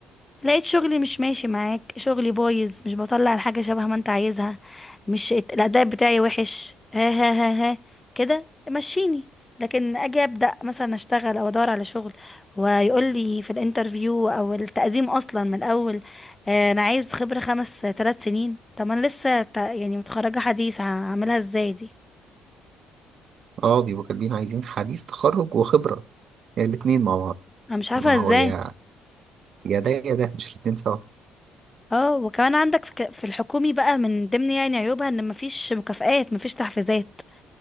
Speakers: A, on the left (about 20°); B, on the right (about 60°).
A: لقيت شغلي مش ماشي معاك شغلي بايظ مش بطلع الحاجة شبه ما انت عايزها مش ات- الأداء بتاعي وحش ها ها ها ها كده مشيني لكن اجي ابدا مثلا اشتغل او ادور على شغل ويقول لي في الانترفيو او التقديم اصلا من الاول آه، انا عايز خبره خمس ثلاث سنين طب ما انا لسه ت- يعني متخرجه حديث هعملها ازاي دي
B: أه بيبقوا كاتبين عايزين حديث تخرج وخبرة يعني الاتنين مع بعض
A: انا مش عارفه
B: ما
A: ازاي
B: هو يا يا ده يا ده مش الاتنين سوا
A: اه وكمان عندك في ك- في الحكومي بقى من ضمن يعني عيوبها ان مفيش مكافآت مفيش تحفيزات